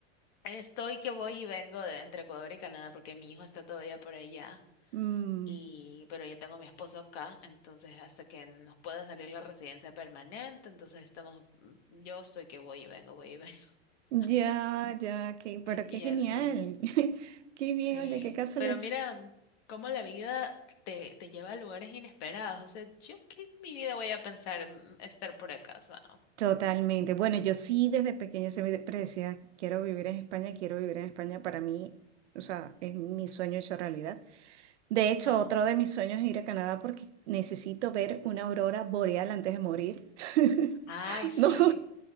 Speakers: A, on the left; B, on the right.
A: estoy que voy y vengo de entre Ecuador y Canadá porque mi hijo está todavía por allá.
B: Mm,
A: Y, pero yo tengo a mi esposo acá, entonces hasta que nos pueda salir la residencia permanente, entonces estamos, mm, yo estoy que voy y vengo, voy y vengo. <laughs>
B: ya, ya, qué, pero
A: Y
B: qué genial.
A: así.
B: <laughs> Qué bien,
A: Sí,
B: oye, qué casualidad.
A: pero mira mm, cómo la vida te, te lleva a lugares inesperados. O sea, yo qué en mi vida voy a pensar mm, estar por acá, o sea,
B: Totalmente. Bueno, yo sí desde pequeña se me decía, quiero vivir en España, quiero vivir en España. Para mí, o sea, es mi sueño hecho realidad. De hecho,
A: no.
B: otro de mis sueños es ir a Canadá porque necesito ver una aurora boreal antes de morir. <laughs>
A: Ay, sí.
B: No,